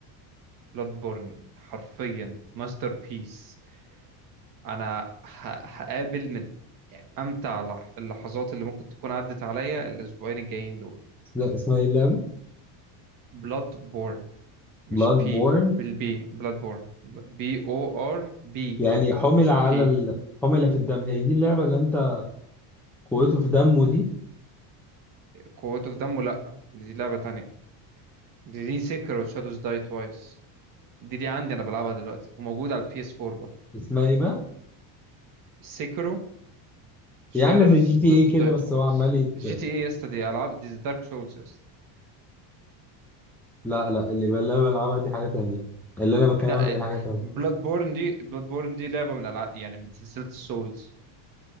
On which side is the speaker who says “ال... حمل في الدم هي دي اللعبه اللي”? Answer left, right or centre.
Centre